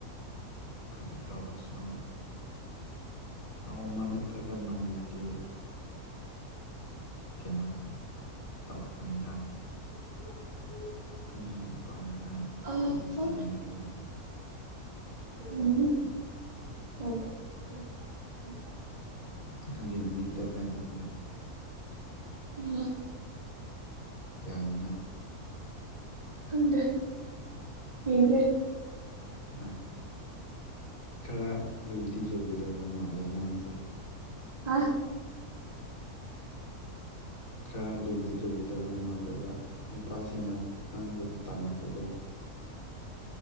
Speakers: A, on the left; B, on the right.
A: ꯀꯔꯤ ꯇꯧꯔꯁꯨ ꯅꯣꯡꯃ ꯅꯠꯇ꯭ꯔꯒ ꯅꯣꯡꯃꯗꯤ ꯀ <inaudible> ꯇꯧꯔꯛꯀꯅꯤꯗꯥ
B: ꯎꯠꯇꯣ <inaudible>
A: ꯄ꯭ꯔꯤ ꯑꯣꯏꯅꯅꯦ
B: ꯑ
A: ꯋꯥꯔꯤ
B: ꯍ
A: ꯁꯥꯅꯅꯤꯡꯗꯅ
B: ꯎꯝ ꯑꯣ ꯆꯥꯡ <inaudible>
A: ꯑꯗꯨꯒꯤ ꯅꯨꯃꯤꯠꯇꯣ ꯍꯥꯏꯕꯅꯤꯗ
B: ꯎꯋꯥ
A: ꯌꯥꯏꯅꯥ
B: ꯈꯪꯗꯦ ꯌꯦꯡꯒꯦ
A: ꯑ ꯈꯔ ꯂꯨꯗꯤ ꯂꯨꯒꯗꯕ ꯃꯥꯜꯂꯦ ꯅꯪꯒꯤꯁꯦ
B: ꯑꯥ
A: ꯈꯔ ꯂꯨꯗꯤ ꯂꯨꯒꯗꯕ ꯃꯥꯜꯂꯦꯕ ꯅꯨꯄꯥꯁꯤꯡꯅ ꯅꯪꯕꯨ ꯇꯥꯟꯅꯕꯗꯣ